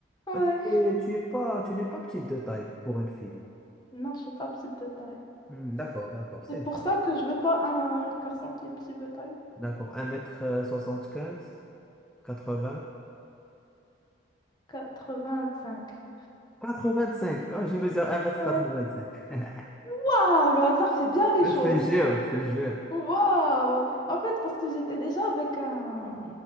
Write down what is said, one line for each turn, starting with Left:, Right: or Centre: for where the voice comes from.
Left: ouais.
Centre: Ah, Tu es- tu es pas, tu n'es pas petite de taille pour une fille.
Left: Non, je suis pas petite de taille.
Centre: Hmm, D'accord, d'accord, c'est
Left: C'est pour
Centre: bien.
Left: ça que je veux pas un garçon qui est petit de taille.
Centre: D'accord, un mètre soixante quinze, quatre m quatre
Left: quatre vingt cinq
Centre: quatre-vingt-cinq. Oh, je mesure un mètre
Left: Ouais.
Centre: quatre-vingt-cinq. <laughs>
Left: Waouh, le hasard fait bien les
Centre: Je
Left: choses.
Centre: te jure, je te jure.
Left: Waouh. En fait, parce que j'étais déjà avec un,